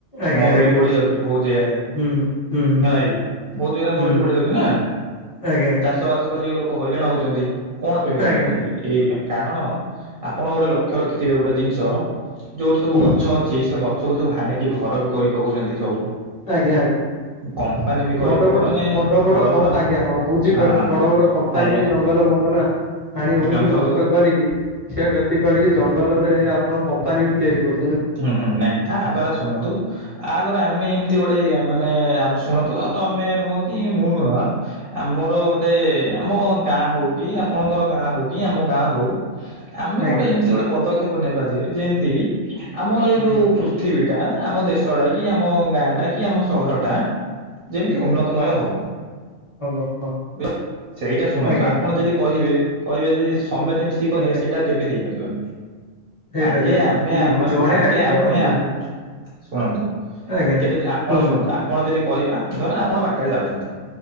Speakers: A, on the left (about 30°); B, on the right (about 55°).
A: ଆଜ୍ଞା
B: ମରୁଡି
A: ଆଜ୍ଞା
B: ପଡି ଯାଉଛି ବହୁ ଜାଗାରେ।
A: ହୁଁ ହୁଁ ହୁଁ
B: ହେଲା କି? ବହୁ ଜାଗାରେ
A: ହୁଁ
B: ମରୁଡି ପଡି ଯାଉଛି ନା,
A: ଆଜ୍ଞା।
B: ଚାଷ ବାସ ଗରିବ ଲୋକ ହଇରାଣ ହଉଛନ୍ତି। କଣ ପାଇଁ ହଇରାଣ
A: ଆଜ୍ଞା
B: ହଉଛନ୍ତି? ଏଇଥିପାଇଁ କାରଣ ଆପଣ ଗୋଟେ ଲକ୍ଷ୍ୟ ରଖିଥିବେ ଗୋଟେ ଜିନିଷ ଯୋଉଠି ସବୁ
A: ହୁଁ
B: ଗଛ ଅଛି ସେ ଗଛକୁ ସବୁ ହାଣିକି ଘର ବି କରି ପକଉଛନ୍ତି ସବୁ।
A: ଆଜ୍ଞା ଆଜ୍ଞା।
B: କମ୍ପାନୀ ବି କରି
A: ବଡଗୋଡ,
B: ପକା ମାନେ
A: ବଡଗୋଡ
B: ବଡ
A: କୋ
B: ବଡ
A: ଆଜ୍ଞା ହଁ ବୁଝିପାରୁଛି
B: ହଁ
A: ବଡଗୋଡ଼ କ ମାନେ
B: ଆଜ୍ଞା
A: ବି ଜଙ୍ଗଲ ମଙ୍ଗଲ ହାଣି ହୁଣିକି
B: ଜଙ୍ଗଲ
A: ନଷ୍ଟ
B: ହଁ
A: କରିକି, କ୍ଷ କ୍ଷୟ କ୍ଷତି କରିକି ଜଙ୍ଗଲରେ ଆପଣ କମ୍ପାନୀ ବି ତିଆରି କରୁ
B: ହୁଁ ହୁଁ ନାଇଁ ତାହା ଦ୍ଵାରା ଶୁଣନ୍ତୁ ଆ ଦ୍ୱାରା ଆମେ ଏମିତି ଗୋଟେ ମାନେ ଆମେ ଶୁଣନ୍ତୁ ଅ ତମେ ନୁହ କି ମୁଁ ନୁହ ଆମର ଗୋଟେ ଆମ ଗାଁ ହଉ କି ଆପଣଙ୍କର ଗାଁ ହଉ କି ଆମ ଗାଁ ହଉ ଆମେ
A: ଆଜ୍ଞା।
B: ଗୋଟେ ଏମିତି ଗୋଟେ ପଦକ୍ଷେପ ନେବା ଯେ ଯେମିତି ଆମର ଏଇ
A: ହୁଁ
B: ଯୋଉ ପୃ ପୃଥିବୀ ଟା, ଆମ ଦେଶ ଟା, କି ଆମ ଗାଁ ଟା, କି ଆମ ସହର ଟା ଯେମିତି
A: ଆଜ୍ଞା
B: ଉନ୍ନତମୟ
A: ଆଜ୍ଞା।
B: ହବ
A: ହବ। ହଁ
B: <unintelligible> ସେଇଟା ଶୁଣନ୍ତୁ
A: ଆଜ୍ଞା
B: ଆପଣ ଯଦି କହିବେ କହିବେ ଯଦି ସମେତ ମିଶି କରିବା
A: ଆଜ୍ଞା
B: ସେଇଟା କେବେ ହେଇପାରିବନି।
A: ହେଇପାରିବନି।
B: ଆଗେ ଆମେ
A: ନି
B: ଆମ
A: ଜଣେ
B: ଆଗେ ଆମେ
A: କରନ୍ତୁ
B: ଆମ ଶୁଣନ୍ତୁ
A: ଆଜ୍ଞା
B: ଆଗେ ଯଦି ଆପଣ
A: କୁହନ୍ତୁ
B: ଶୁଣନ୍ତୁ ଆପଣ ଯଦି କହିବେ ଆ ଧର ଆପଣ ବାଟରେ ଯାଉଛନ୍ତି